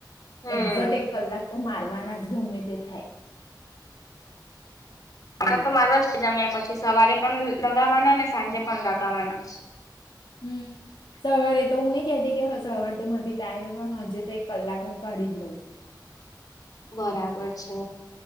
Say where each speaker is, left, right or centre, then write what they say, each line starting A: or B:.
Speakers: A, on the left; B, on the left.
A: હમ
B: એક્ઝેટ એક કલાક તો મારવાના જ ગમે તે થાય
A: આ
B: એવું.
A: તો મારો જ કે જમ્યા પછી સવારે પણ લગાવાના ને સાંજે પણ લગાવાના
B: હમ સવારે તો હું નહી કતી કે સવારે તો મારથી ટાઈમ ને પણ હજે તો એક કલાક હું કાઢીજ લઉં છું
A: બરાબર છે